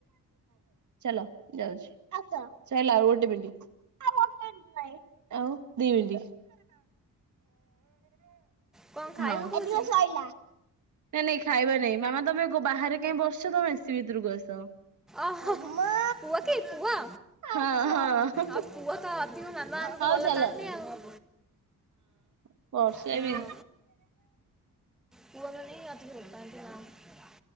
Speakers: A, on the right; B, in the centre.
A: ଚାଲ ଯାଉଛି। ଚାଲ ଆଉ ଗୋଟେ ମିନ୍ଟି। ଆଉ ଦି ମିନ୍ଟି।
B: କ'ଣ ଖାଇବ
A: ହଉ
B: କହୁଛି
A: ନାଇଁ ନାଇଁ ଖାଇବା ନାଇଁ, ମାମା ତମେ ବାହାରେ କାଇଁ ବସ୍ ଛା, ତମେ ଏସିଭିତରକୁ ଆସ।
B: ଓହ!
A: ମାମା।
B: ହ ହ ପୁଅ କି ପୁଅ?
A: ହଁ ହଁ।
B: ଆଉ, ପୁଅ ତ ଅଧିକ ମାମା ମାନଙ୍କୁ
A: ହଉ
B: ଭଲ
A: ଚାଲ
B: ପାଆନ୍ତି ଆଉ।
A: ହଁ। ବର୍ଷା
B: ହଁ,
A: ବି
B: ପୁଅ ମାନେ ହିଁ ଅଧିକ ଭଲ ପାଆନ୍ତି। ମା